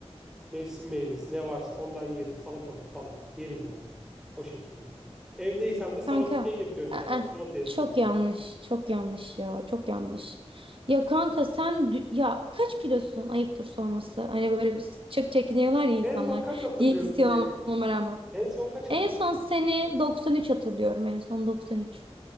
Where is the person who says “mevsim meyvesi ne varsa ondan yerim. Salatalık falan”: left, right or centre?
Centre